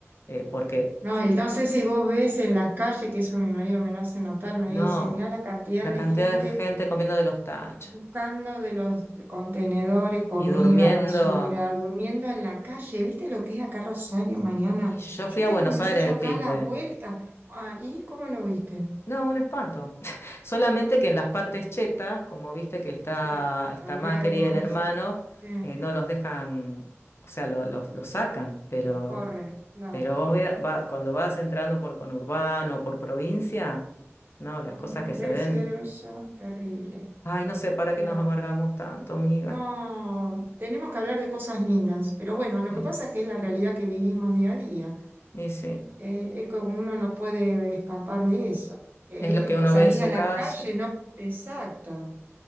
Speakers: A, on the left (about 60°); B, on the right (about 45°).
A: eh, porque
B: No, y no sé si vos ves en las calles, que eso mi marido me lo hace notar, me
A: no,
B: dice, mirá la cantidad
A: la
B: de
A: cantidad
B: gente
A: de gente comiendo de los tachos
B: buscando de los contenedores, comida,
A: y durmiendo.
B: basura, durmiendo en la calle. ¿Viste lo que es acá Rosario, Mariana?
A: Y yo fui
B: Yo
A: a
B: tengo
A: Buenos
B: un muchacho
A: Aires el
B: acá
A: fin
B: a la
A: de...
B: vuelta. Ahí, ¿cómo lo viste?
A: No, un espanto. <laughs> Solamente que en las partes chetas, como viste que está,
B: Sí,
A: está
B: Palermo,
A: Macri y el hermano,
B: eso. Sí,
A: eh, no los dejan, o sea, lo- los los sacan, pero...
B: los corre, claro.
A: Pero vos vea- va- cuando vas entrando por conurbano, por provincia, no,
B: Mm,
A: las cosas que se
B: debe
A: ven.
B: ser eso, terrible,
A: Ay, no sé para
B: claro.
A: qué nos amargamos tanto, amiga.
B: No, tenemos que hablar de cosas lindas, pero bueno, lo
A: Sí.
B: que pasa es que es la realidad que vivimos día a día.
A: Y sí,
B: Eh, es que uno no puede escapar de eso. eh,
A: es lo que
B: es co-
A: uno
B: salís
A: ve en su
B: a la
A: calle.
B: calle, no, exacto,